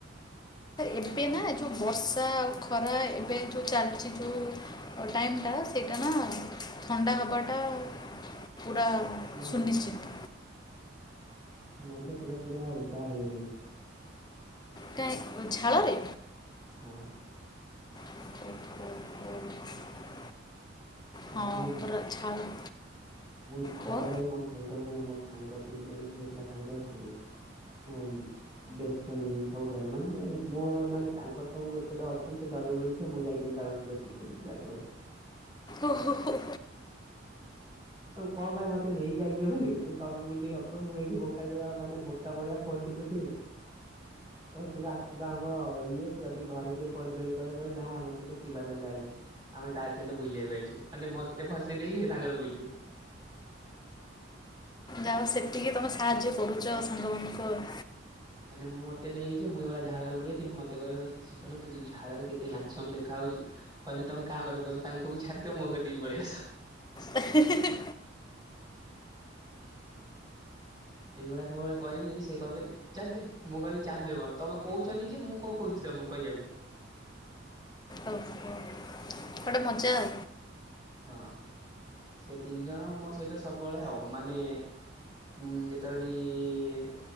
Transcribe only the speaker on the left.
ଏବେନା ଯୋଉ ବର୍ଷା ଆଉ ଖରା ଏବେ ଯୋଉ ଚାଲି ଶିଶୁ ଯେଉଁ ଟାଇମଟା ସେଇଟାନା ଥଣ୍ଡା ହେବାଟା ପୁରା
ସୁନିଶ୍ଚିତ।
କାଇଁ ଝାଳରେ
<inaudible>
ହଁ
ପୁରା ଝାଳ
କୁଅ
ଓହୋ ହୋ ହୋ
ଯାହାହଉ ସେତିକି ତୁମେ ସାହାଯ୍ୟ କରୁଛ ସାଙ୍ଗମାନଙ୍କୁ ଆଉ।
ଏ ହିଁ ହିଁ
ଓହୋ। ଗୋଟେ ମଜା ଆଉ।